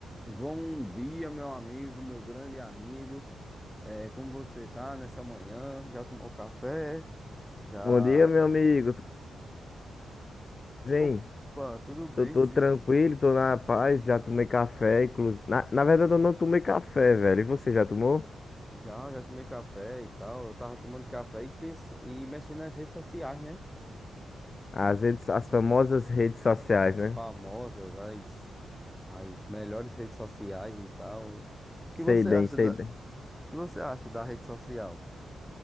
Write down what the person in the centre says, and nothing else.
Bom dia, meu amigo, meu grande amigo. É, como você tá nessa manhã? Já tomou café? Já.
Opa, tudo bem,
sim.
Já, já tomei café e tal. Eu tava tomando café e pens... e mexendo nas redes sociais, né?
As
famosas, as, as melhores redes sociais e tal. O
que você
acha
da...
o que você acha da rede social?